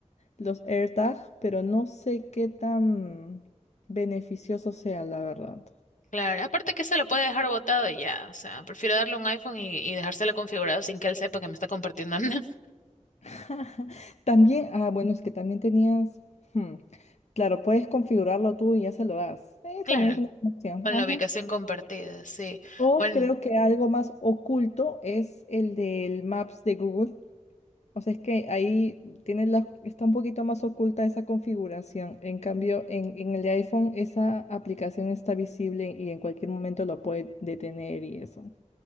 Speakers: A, on the left; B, on the left.
A: los AirTag, pero no sé qué tan beneficioso sea, la verdad.
B: Claro, aparte que se lo puede dejar botado y ya, o sea, prefiero darle un iPhone y, y dejárselo configurado sin que él sepa que me está compartiendo nada. <laughs>
A: <laughs> También, ah, bueno, es que también tenías, hmm, claro, puedes configurarlo tú y ya se lo das. Eh,
B: Claro.
A: también es una buena opción.
B: Con
A: Ajá.
B: la ubicación compartida, sí.
A: O
B: Bueno,
A: creo que algo más oculto es el del Maps de Google. O sea, es que ahí tiene la, está un poquito más oculta esa configuración. En cambio, en, en el de iPhone esa aplicación está visible y en cualquier momento lo puede detener y eso.